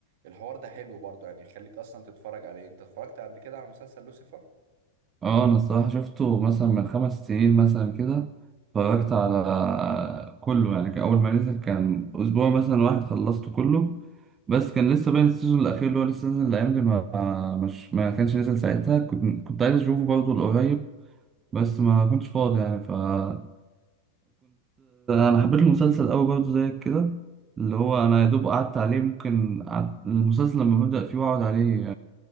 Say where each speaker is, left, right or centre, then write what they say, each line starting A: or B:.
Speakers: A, on the right; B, on the right.
A: الحوار ده حلو برضه يعني يخليك أصلا تتفرج عليه أنت اتفرجت قبل كده على مسلسل لوسيفر؟
B: اه انا الصراحه شفته مثلا من خمس سنين مثلا كده اتفرجت على كله يعني كان اول ما نزل كان اسبوع مثلا واحد خلصته كله بس كان لسه باين السيزون الاخير اللي هو لسه نازل الايام دي ما مش ما كانش نزل ساعتها كنت كنت عايز اشوفه برضه القريب بس ما كنتش فاضي يعني فكنت انا حبيت المسلسل قوي برضه زيك كده اللي هو انا يا دوب قعدت عليه ممكن قعدت- المسلسل لما ببدأ فيه واقعد عليه